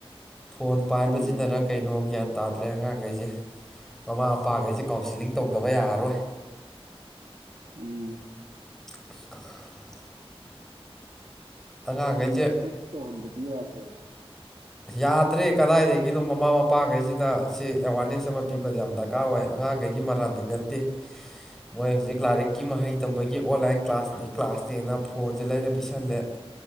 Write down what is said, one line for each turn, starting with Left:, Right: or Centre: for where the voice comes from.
Centre: ꯐꯣꯟ ꯄꯥꯏꯕꯁꯤꯅꯔ
Right: ꯎꯝ
Centre: ꯀꯩꯅꯣ ꯒ꯭ꯌꯥꯟ ꯇꯥꯗ꯭ꯔꯦ ꯑꯉꯥꯡꯈꯩꯁꯦ ꯃꯃꯥ ꯅꯨꯄꯥꯈꯩꯁꯦ ꯀꯥꯎꯟꯁꯤꯂꯤꯡ
Right: ꯎꯝ
Centre: ꯇꯧꯗꯕ ꯌꯥꯔꯔꯣꯏ
Right: ꯎꯝ
Centre: <inaudible> <inaudible> ꯑꯉꯥꯡꯈꯩꯁꯦ
Right: ꯃꯣꯏꯁꯦ ꯃꯣꯇꯤꯚꯦꯠ ꯇꯧꯍꯟꯕꯗꯤ ꯌꯥꯗ꯭ꯔꯦꯕ
Centre: ꯌꯥꯗ꯭ꯔꯦ ꯀꯗꯥꯏꯗꯒꯤꯅꯣ ꯃꯃꯥ ꯃꯄꯥꯈꯩꯁꯤꯗ ꯁꯤ ꯑꯦꯋꯥꯔꯅꯦꯁ ꯑꯃ ꯄꯤꯕꯗ ꯌꯥꯝ ꯗꯔꯀꯥꯔ ꯑꯣꯏ ꯑꯉꯥꯡꯈꯩꯒꯤ ꯃꯔꯥꯟꯗꯤ ꯅꯠꯇꯦ ꯃꯣꯏ ꯍꯧꯖꯤꯛ ꯂꯥꯏꯔꯤꯛꯀꯤ ꯃꯍꯩ ꯇꯝꯕꯒꯤ ꯑꯣꯟꯂꯥꯏꯟ ꯀ꯭ꯂꯥꯁꯅꯤ ꯀ꯭ꯂꯥꯁꯅꯦꯅ ꯐꯣꯟꯁꯦ ꯂꯩꯔ ꯄꯤꯁꯜꯂꯦ